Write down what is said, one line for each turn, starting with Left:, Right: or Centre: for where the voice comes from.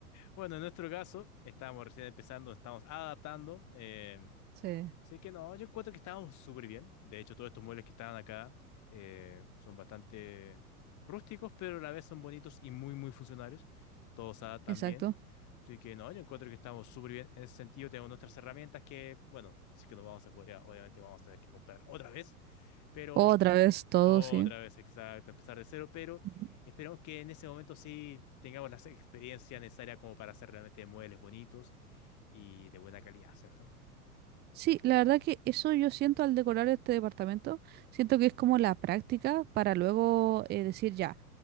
Left: bueno, en nuestro caso, estábamos recién empezando, estamos adaptando. eh,
Right: Sí,
Left: Sé que no, yo encuentro que estábamos súper bien. De hecho, todos estos muebles que estaban acá eh, son bastante rústicos, pero a la vez son bonitos y muy, muy funcionales. Todos se adaptan
Right: exacto.
Left: bien. Así que no, yo encuentro que estamos súper bien. En ese sentido, tenemos nuestras herramientas que, bueno, sí que nos vamos a Corea. Obviamente vamos a tener que comprar otra vez, pero
Right: Otra vez todo,
Left: otra
Right: sí.
Left: vez, exacto, empezar de cero. Pero
Right: Ujú.
Left: esperamos que en ese momento sí tengamos la experiencia necesaria como para hacer realmente muebles bonitos y de buena calidad, ¿cierto?
Right: Sí, la verdad que eso yo siento al decorar este departamento, siento que es como la práctica para luego eh, decir, ya,